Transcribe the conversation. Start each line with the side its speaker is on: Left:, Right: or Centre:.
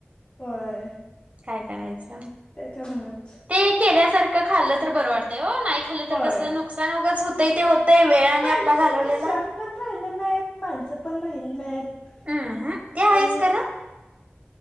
Left: होय.
Right: काय करायचं?
Left: त्याच्यामुळच
Right: ते केल्यासारखं खाल्लं तर बरं वाटतंय ओ, नाई खाल्लं
Left: होय
Right: तर कसं नुकसान उगाच हो होतय ते होतंय वेळानं
Left: पहिल्यासारखं
Right: आपला घालवलेला
Left: सण पण राहिलं नाय, माणसं पण राहिली नाहीत
Right: हम्म ते आहेच
Left: आणि
Right: खरं